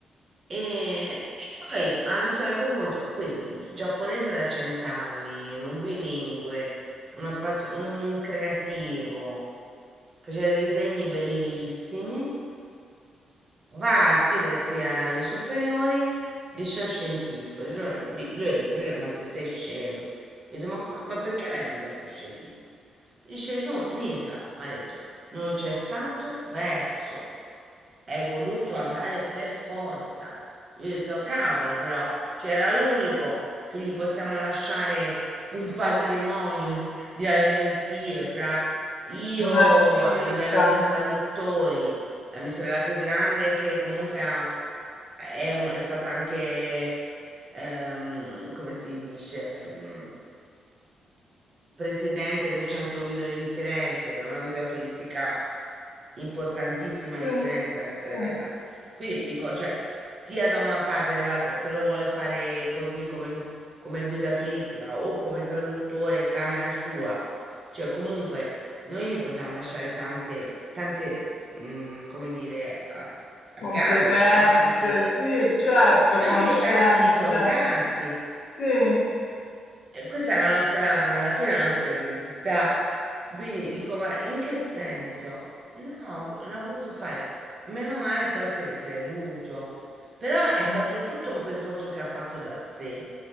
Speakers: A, on the right; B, on the left.
A: E e poi a un certo punto, quindi gi- giapponese da cent'anni, un bilingue, un, appassio- un creativo, faceva dei disegni bellissimi va a iscriversi alle superiori liceo scientifico. Il giorno- di- Gli ho detto, Giulia, ma se sei scema? Ho detto, ma, come- ma perché l'hai mandato allo scientifico? Dice giù, Nica, mi ha detto, non c'è stato verso, è voluto andare per forza. Io ho detto, cavolo, però c'era l'unico che gli possiamo lasciare un patrimonio di agenzie fra io
B: Un artista.
A: a livello di traduttori la mia sorella più grande che comunque ha- è, un- è stata anche, ehm, come si dice, mm, presidente del centro guido di Firenze, è una guida turistica importantissima
B: Sì,
A: di Firenze, a mia sorella.
B: sì.
A: Quindi dico, cioè, sia da una parte che dall'altra, se lo vuole fare così come, come guida turistica o come traduttore in camera sua, cioè comunque noi gli possiamo lasciare tante, tante, mm, come dire, a- agganci,
B: Competenze,
A: no? Tanti,
B: sì, certo, conoscenze,
A: anche tanti contatti.
B: sì,
A: E questa è la nostra, alla fine è la nostra eredità. Quindi dico, ma in che senso? No, vo- non ha voluto fare. Meno male può essere creduto. Però è stato
B: mm,
A: tutto un percorso che ha fatto da sé.